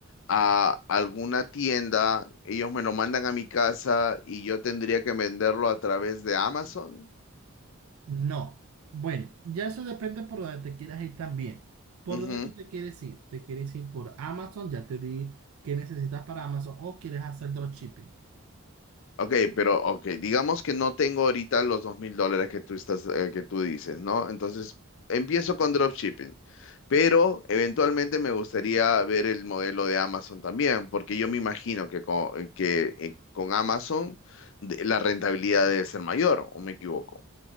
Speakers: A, on the left; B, on the right.
A: a alguna tienda, ellos me lo mandan a mi casa y yo tendría que venderlo a través de Amazon.
B: No. Bueno, ya eso depende por donde te quieras ir también. ¿Por
A: Ujú.
B: dónde tú te quieres ir? ¿Te quieres ir por Amazon? Ya te di qué necesitas para Amazon. ¿O quieres hacer dropshipping?
A: Ok, pero ok, digamos que no tengo ahorita los dos mil dólares que tú estás, eh, que tú dices, ¿no? Entonces empiezo con dropshipping, pero eventualmente me gustaría ver el modelo de Amazon también, porque yo me imagino que con, que, eh, con Amazon de- la rentabilidad debe ser mayor, ¿o me equivoco?